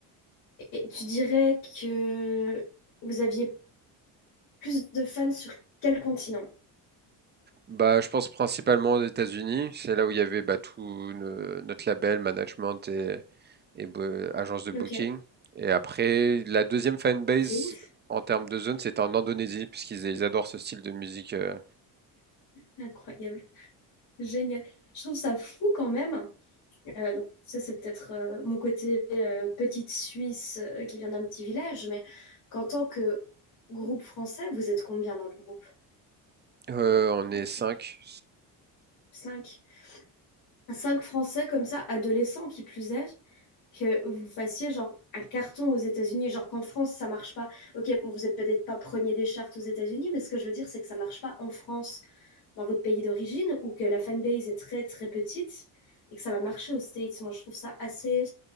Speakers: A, on the left (about 55°); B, on the right (about 25°).
A: Et tu dirais que vous aviez plus de fans sur quel continent
B: Bah, je pense principalement aux États-Unis. C'est là où il y avait bah, tout no- notre label, management et, et bo- agence de booking.
A: Ok,
B: Et après, la deuxième fanbase
A: c'est ouf,
B: en termes de zone, c'était en Indonésie, parce qu'ils ils adorent ce style de musique. euh.
A: incroyable, génial. Je trouve ça fou quand même. Euh, donc ça, c'est peut-être euh, mon côté euh, petite Suisse euh, qui vient d'un petit village, mais qu'en tant que groupe français, vous êtes combien dans le groupe
B: Euh, on est
A: en tout
B: cinq.
A: Cinq. Cinq Français comme ça, adolescents qui plus est, que vous fassiez genre un carton aux États-Unis, genre qu'en France ça marche pas. Ok, bon, vous êtes peut-être pas premier des charts aux États-Unis, mais ce que je veux dire c'est que ça marche pas en France, dans votre pays d'origine, ou que la fanbase est très très petite et que ça va marcher aux States. Moi, je trouve ça assez